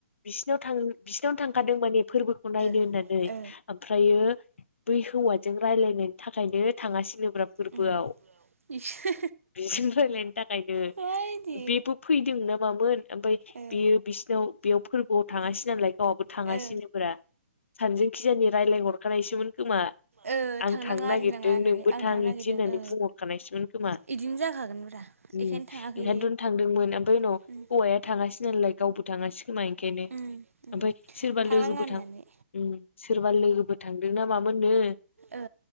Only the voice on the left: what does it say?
बिसिनाव थां बिसिनावनो थांखादों माने फोरबोखौ नायनो
होननानै
ओमफ्रायो बै हौवाजों रायलायनायनि थाखायनो थाङासैनो ब्रा फोरबोआव
बिजों रायलायनो थाखायनो
बेबो फैदों नाामामोन ओमफ्राय
बेयो बिसिनाव बेयाव फोरबोआव थाङासै नालाय गावहाबो थाङासैनो
ब्रा सानजों खिजानि रायजलाय हरखानायसोमोन खोमा
आं
थांनो
नागिरदों
नोंबो
थां
इदि होननानै
बुंहरखानायसोमोन खोमा
उम
ओंखायनोथ' थांदोंमोन ओमफ्राय उनाव
हौवाया थाङासै नालाय गावबो थाङासै खोमा ओंखायनो
ओमफ्राय सोरबा
लोगोफोर
थां उम सोरबा लोगोफोर थांदों ना मामोननो